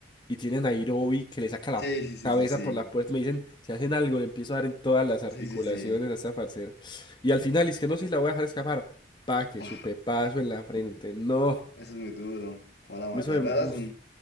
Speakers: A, on the left; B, on the left.
A: y tienen a Nairobi que le saca la
B: Sí, sí, sí,
A: cabeza
B: sí, sí.
A: por la puerta y me dicen, si hacen algo, le empiezo a dar en todas las articulaciones
B: Sí, sí, sí.
A: a esta farcera. Y al final, es que no, si la voy a dejar escapar. Pa, que
B: Buah,
A: su pepazo en la frente. No.
B: eso es muy duro. ¿Cómo la mata?
A: Eso de-
B: La verdad
A: uf,
B: es un,